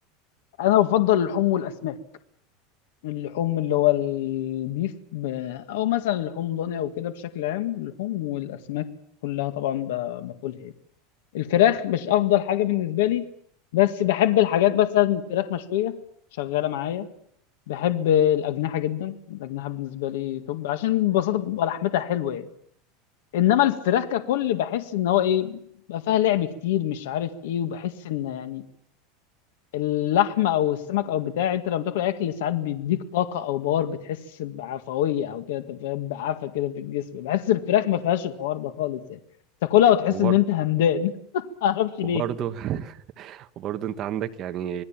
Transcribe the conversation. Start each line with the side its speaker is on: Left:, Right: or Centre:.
Left: انا بفضل اللحوم والاسماك اللحوم اللي هو البيف ب... او مثلا لحوم ضاني او كده بشكل عام اللحوم والاسماك كلها طبعا ب... باكلها يعني. الفراخ مش افضل حاجه بالنسبه لي بس بحب الحاجات مثلا فراخ مشويه شغاله معايا بحب الاجنحه جدا الاجنحه بالنسبه لي توب عشان ببساطه بتبقى لحمتها حلوه يعني انما الفراخ ككل بحس ان هو ايه بقى فيها لعب كتير مش عارف ايه وبحس ان يعني اللحمه او السمك او بتاع انت لما بتاكل اكل ساعات بيديك طاقه او باور بتحس بعفويه او كده انت فاهم بعفه كده في الجسم بحس الفراخ ما فيهاش الحوار ده خالص يعني تاكلها وتحس
Right: وبرضه
Left: ان انت همدان <laughs> معرفش ليه
Right: وبرضه <laughs> وبرضه انت عندك يعني